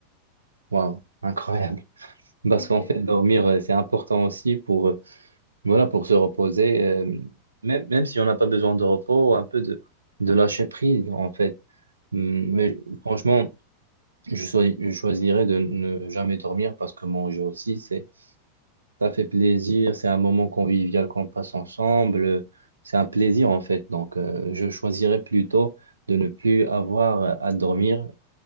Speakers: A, on the right; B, on the left.
A: waouh, incroyable. Parce
B: <laughs> Ouais,
A: qu'en fait, dormir, euh, c'est important aussi pour, euh, Voilà, pour se reposer, euh, même, même si on n'a pas besoin de repos, un peu de, de lâcher prise, en fait. Hum, Mais
B: ouais,
A: franchement, je, choi- je choisirais de ne jamais dormir parce que manger aussi, c'est, ça fait plaisir, c'est un moment convivial qu'on passe ensemble, c'est un plaisir, en fait. Donc, euh, je choisirais plutôt de ne plus avoir à dormir,